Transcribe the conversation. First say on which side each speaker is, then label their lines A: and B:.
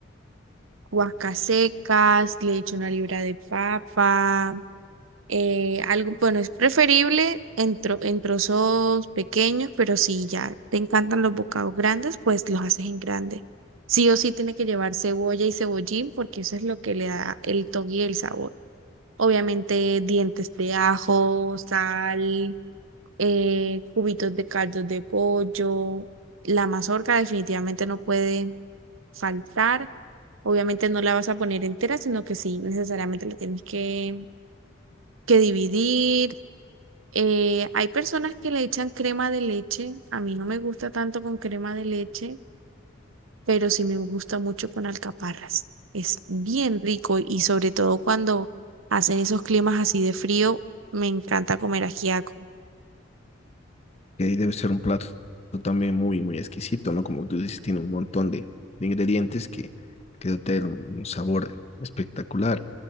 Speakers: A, on the right; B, on the left.
A: guascas secas, le echo una libra de papa, eh, algo, bueno, es preferible en, tro- en trozos pequeños, pero si ya te encantan los bocados grandes, pues los haces en grande. Sí o sí tiene que llevar cebolla y cebollín porque eso es lo que le da el toque y el sabor. Obviamente dientes de ajo, sal, eh, cubitos de caldo de pollo. La mazorca definitivamente no puede faltar. Obviamente no la vas a poner entera, sino que sí, necesariamente la tienes que, que dividir eh, hay personas que le echan crema de leche. A mí no me gusta tanto con crema de leche, pero sí me gusta mucho con alcaparras. Es bien rico y sobre todo cuando hacen esos climas así de frío, me encanta comer ajiaco.
B: que debe ser un plato también muy, muy exquisito, ¿no? Como tú dices, tiene un montón de, de ingredientes que, que dotan un, un sabor espectacular.